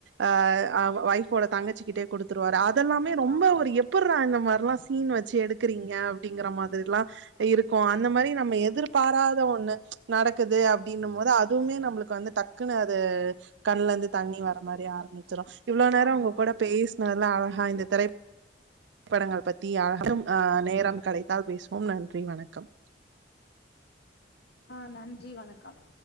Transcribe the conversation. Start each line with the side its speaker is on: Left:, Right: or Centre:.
Right: அ அ ஒய்ஃபோட தங்கச்சிக்கிட்டே குடுத்துருவாரு அதெல்லாமே ரொம்ப
Left: ஆமா
Right: ஒரு எப் ப்புட்றா இந்த மாரில்லா சீன் வச்சி எடுக்குறீங்க அப்டிங்கிற மாதிரில்லா
Left: ஆமா
Right: இருக்கு அந்த மாரி நம்ம எதிர்பாராத ஒண்ணு நடக்குது அப்டின்னும் போது அதுவுமே நம்ளுக்கு வந்து டக்குனு அது கண்ல இந்து தண்ணி வர மாரி ஆரம்பிச்சிரு இவ்ளோ நேரோ
Left: ஆமா
Right: உங்க கூட பேசினதுலா அழகா இந்த திரை படங்கள் பத்தி அதும் நேரம் கடைத்தால் பேசுவோம் நன்றி வணக்கம்
Left: ஆ நன்றி வணக்கம்